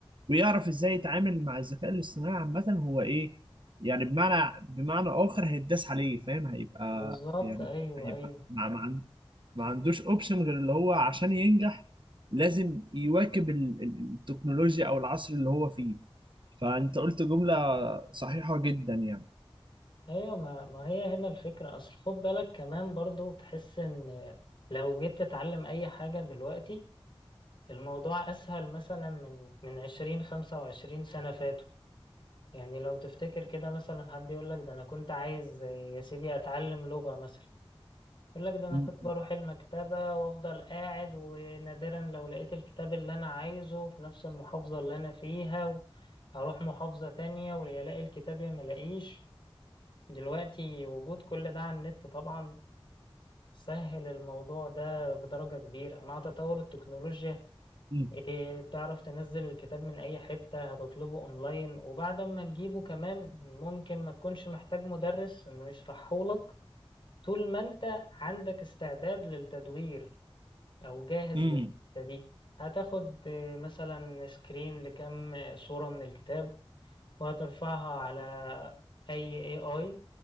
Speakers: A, on the right; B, on the left.
A: ويعرف ازاي يتعامل مع الذكاء الاصطناعي عامه هو ايه يعني بمعنى بمعنى اخر هيتداس عليه فاهم هيبقى
B: بالظبط
A: يعني
B: أيوه
A: هيبقى
B: أيوه
A: ما ما عن- ما عندوش اوبشن غير اللي هو عشان ينجح لازم يواكب ال... ال- التكنولوجيا او العصر اللي هو فيه فانت قلت جمله صحيحه جدا يعني
B: أيوه ما, ما هي هنا الفكرة أصل خد بالك كمان برضو تحس إن لو جيت تتعلم أي حاجة دلوقتي الموضوع أسهل مثلا من من عشرين خمسة وعشرين سنة فاتوا يعني لو تفتكر كده مثلا حد يقولك ده أنا كنت عايز يا سيدي أتعلم لغة مثلا يقول لك ده انا
A: مم.
B: كنت بروح المكتبة وافضل قاعد ونادرا لو لقيت الكتاب اللي انا عايزه في نفس المحافظة اللي انا فيها و- هروح محافظة تانية ويا الاقي الكتاب يا ملاقيش دلوقتي وجود كل ده على النت طبعا سهل الموضوع ده بدرجة كبيرة مع تطور التكنولوجيا
A: مم.
B: إيه، بتعرف تنزل الكتاب من اي حتة هتطلبه اونلاين وبعد ما تجيبه كمان ممكن ما تكونش محتاج مدرس انه يشرحهولك طول ما انت عندك استعداد للتدوير او جاهز
A: مم.
B: للحتة دي هتاخد آه، مثلا سكرين لكم آه، صورة من الكتاب وهترفعها على اي اي اي